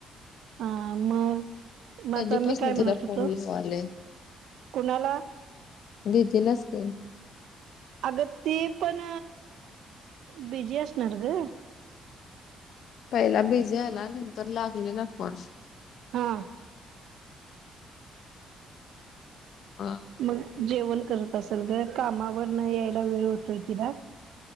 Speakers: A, on the right; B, on the left.
A: हा मग. म
B: कधीपासून
A: आता मी काय म्हणत
B: तिला
A: होतो,
B: फोन लावालोय
A: कुणाला
B: दीदीलाच की.
A: अग ती पण बिझी असणार ग.
B: पहिला बिझी आला नंतर लागलेला पण
A: हां.
B: हा.
A: मग जेवण करत असल ग, कामावरन यायला वेळ होतोय तिला.